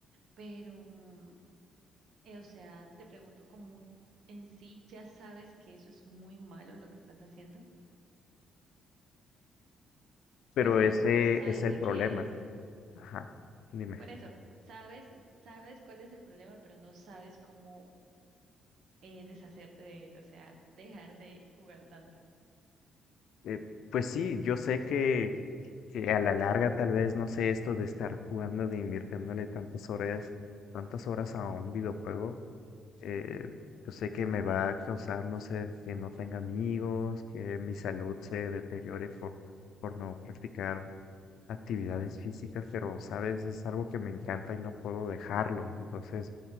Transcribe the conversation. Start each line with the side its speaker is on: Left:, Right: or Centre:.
Right: pero, mm, eh, o sea, te pregunto, ¿cómo en sí ya sabes que eso es muy malo lo que estás haciendo?
Left: pero
Right: O sea,
Left: ese
Right: sabes
Left: es el
Right: de
Left: problema.
Right: que
Left: Ajá, dime.
Right: Por eso, sabes, sabes cuál es el problema, pero no sabes cómo eh, deshacerte de él, o sea, dejar de jugar tanto.
Left: Eh, pues sí, yo sé que, que a la larga tal vez, no sé, esto de estar jugando, de invirtiéndole tantas horas, tantas horas a un videojuego, eh, yo sé que me va a causar, no sé, que no tenga amigos, que mi salud se deteriore por, por no practicar actividades físicas, pero sabes, es algo que me encanta y no puedo dejarlo. Entonces,